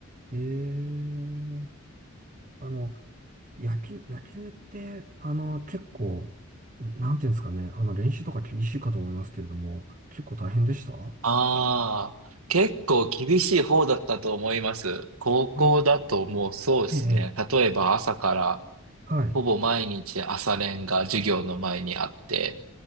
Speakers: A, on the right; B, on the right.
A: ええ、あの、野球、野球って、あの、結構、なんていうんですかね。あの、練習とか厳しいかと思いますけれども、結構大変でしたあ
B: ああ、結構厳しい方だったと思います。高校だともうそうですね。
A: あ、ええ、ええ
B: 例えば朝から
A: はい。
B: ほぼ毎日朝練が授業の前にあって、